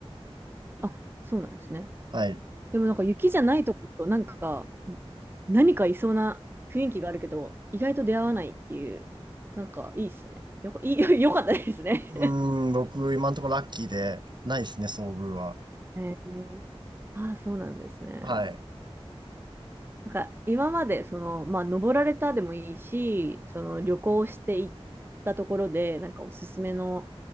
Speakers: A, on the right; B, on the right.
A: あ、そうなんですね。
B: はい。
A: でもなんか雪じゃないとこだとなんか何かいそうな雰囲気があるけど意外と出会わないっていうなんかいいですね。よこいい <laughs> よかったですね。
B: うーん、僕、今んとこラッキーで、ないですね、遭遇は。
A: <laughs> えーああそうなんですね。
B: はい。
A: なんか今までそのまあ登られたでもいいしその旅行して行ったところでなんかおすすめの